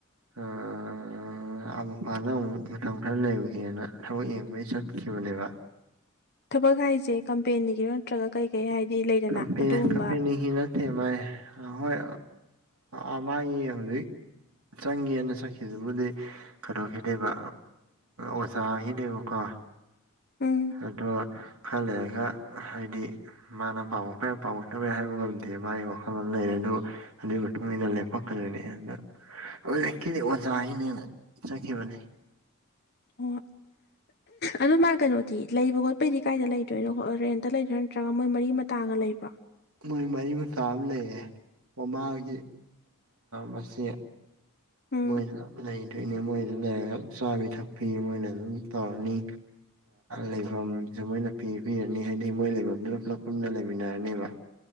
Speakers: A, on the right; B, on the left.
A: ꯑ-ꯑ-ꯑ-ꯑ ꯑ ꯃꯄꯥꯅ ꯑꯃꯨꯛ ꯃꯇꯝ ꯈꯔ ꯂꯩꯔꯨꯒꯦꯅ ꯊꯕꯛ ꯌꯦꯡꯕꯒꯤ ꯆꯠꯈꯤ ꯕꯅꯦꯕ
B: ꯊꯕꯛ ꯍꯥꯏꯁ‌ꯦ ꯀꯝ ꯄꯦꯟꯒꯤꯔꯣ ꯅꯠꯇ꯭ꯔꯒ ꯀꯩ ꯀꯩ ꯍꯥꯏꯗꯤ ꯂꯩꯗꯅ
A: ꯀꯝꯄꯦꯅꯤ
B: ꯑꯗꯨꯒꯨꯝꯕ
A: ꯀꯝꯄꯦꯅꯤꯒꯤ ꯅꯠꯇꯦ ꯃꯥꯏ ꯍꯣꯏ ꯑꯃꯥꯏꯉ ꯍꯧꯖꯤꯛ ꯆꯪꯒ‌ꯦꯅ ꯆꯠꯈꯤꯗꯨꯕꯨꯗꯤ ꯀꯩꯅꯣꯒꯤꯅꯦꯕ ꯎ ꯑꯣꯖꯥꯒꯤꯅꯦꯕꯀꯣ
B: <inaudible> ꯎꯝ
A: ꯑꯗꯣ ꯈꯔ ꯂꯩꯔꯒ ꯍꯥꯏꯗꯤ ꯃꯥꯅ ꯄꯥꯝꯃꯛꯄ ꯌꯥꯏ ꯄꯥꯝꯃꯛꯇꯕ ꯍꯥꯏꯕ ꯉꯝꯗꯦ ꯃꯥꯒꯤ ꯋꯥꯈꯜꯂꯣꯟ ꯂꯩꯔꯗꯤ ꯑꯗꯨ ꯑꯗꯨꯒꯤ ꯃꯇꯨꯡ ꯏꯟꯅ ꯂꯦꯞꯄꯛꯀꯗ‌ꯣꯏꯅꯦ ꯑꯗꯨꯅ ꯑꯣ ꯀꯩꯗꯤ ꯑꯣꯖ ꯍꯥꯏꯅ ꯆꯠꯈꯤꯕꯅꯤ
B: ꯑꯣ ꯑꯗꯨ ꯃꯥ ꯀꯩꯅꯣꯗꯤ ꯂꯩꯕ ꯈꯣꯠꯄꯩꯗꯤ ꯀꯥꯏꯗ ꯂꯩꯗꯣꯏꯅꯣ ꯔ‌ꯦꯟꯠ ꯇ ꯂꯩꯗ꯭ꯔꯥ ꯅꯠꯇ꯭ꯔꯒ ꯃꯣꯏ ꯃꯔꯤ ꯑꯇꯥꯒ ꯂꯩꯕ꯭ꯔ‌ꯣ
A: ꯃꯣꯏ ꯃꯔꯤ ꯃꯥꯇꯥ ꯑꯃ ꯂꯩꯌꯦ ꯃꯃꯥꯒꯤ ꯃꯁꯤ
B: ꯎꯝ
A: ꯃꯣꯏ ꯂꯩꯗꯣꯏꯅꯦ ꯃꯣꯏ ꯆꯥꯕꯤ ꯊꯛꯄꯤ ꯃꯣꯏꯅ ꯑꯗꯨꯝ ꯇꯧꯔꯅꯤ ꯂꯩꯐꯝꯁꯦ ꯃꯣꯏꯅ ꯄꯤ ꯄꯤꯕꯤꯔꯅꯤ ꯍꯥꯏꯗꯤ ꯃꯣꯏ ꯂꯩꯐꯝꯗꯨꯗ ꯄꯨꯂꯞ ꯄꯨꯟꯅ ꯂꯩꯃꯤꯟꯅꯔꯅꯦꯕ